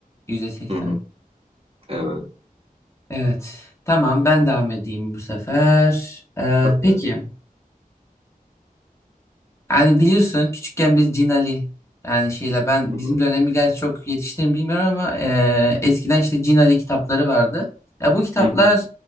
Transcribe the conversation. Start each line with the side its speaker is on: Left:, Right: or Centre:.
Left: %80.
Right: Hı hı. Evet.
Left: Evet. Tamam ben devam edeyim bu sefer. Ee,
Right: Bakın.
Left: peki. Yani biliyorsun küçükken biz Cin Ali yani şeyle ben
Right: Hı
Left: bizim
Right: hı.
Left: dönemi gerçi çok yetiştiğimi bilmiyorum ama e, eskiden işte Cin Ali kitapları vardı. Ya bu kitaplar
Right: Hı